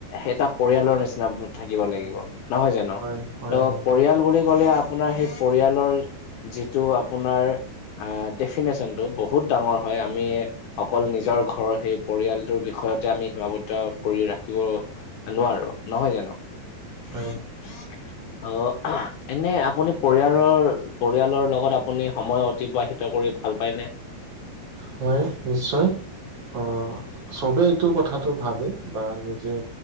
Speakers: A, on the left (about 80°); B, on the right (about 50°).
A: এটা পৰিয়ালৰ নিচিনা থাকিব লাগিব নহয় জানো
B: হয়
A: ত
B: হয় হয়
A: পৰিয়াল বুলি ক'লে আপোনাৰ সেই পৰিয়ালৰ যিটো আপোনাৰ ডেফিনেশচনটো বহুত ডাঙৰ হয় আমি অকল নিজৰ ঘৰৰ সেই পৰিয়ালটোৰ বিষয়তে আমি সীমাবদ্ধ কৰি ৰাখিব নোৱাৰো নহয় জানো অ
B: হয়
A: এনে আপুনি পৰিয়ালৰ পৰিয়ালৰ লগত আপুনি সময় অতিবাহিত কৰি ভাল পায়নে
B: হয় নিশ্চয় অ চবে এইটো কথাটো ভাবে বা যে